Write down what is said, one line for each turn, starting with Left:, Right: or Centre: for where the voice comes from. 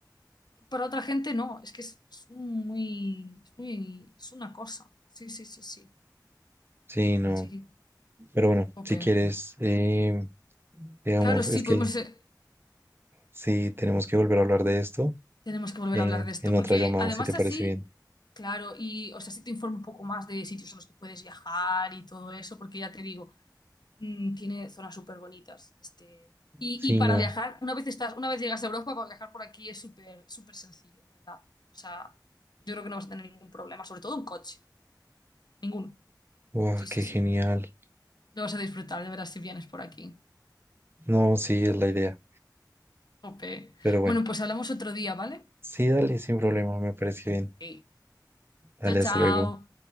Left: para otra gente no, es que es, es un muy, es muy, es una cosa. Sí, sí, sí, sí,
Right: sí, no.
Left: sí,
Right: Pero bueno,
Left: ope.
Right: si quieres, eh, digamos,
Left: Claro, sí,
Right: es que
Left: podemos ser.
Right: sí tenemos que volver a hablar de esto
Left: Tenemos que volver
Right: en,
Left: a hablar de esto,
Right: en
Left: porque
Right: otra llamada,
Left: además
Right: si te parece
Left: así,
Right: bien.
Left: claro, y o sea, sí te informo un poco más de sitios a los que puedes viajar y todo eso, porque ya te digo, mm, tiene zonas súper bonitas. Este, y,
Right: Sí,
Left: y para
Right: no.
Left: viajar, una vez estás, una vez llegas a Europa, para viajar por aquí es súper, súper sencillo, de verdad. O sea, yo creo que no vas a tener ningún problema, sobre todo en coche. Ninguno.
Right: Wow,
Left: Sí, sí,
Right: qué
Left: sí.
Right: genial.
Left: Lo vas a disfrutar, ya verás si vienes por aquí.
Right: No, sí, es la idea.
Left: Jope.
Right: Pero bueno,
Left: Bueno, pues hablamos otro día, ¿vale?
Right: sí, dale, sin problema, me parece bien.
Left: Ok.
Right: Dale,
Left: Chao, chao.
Right: hasta luego.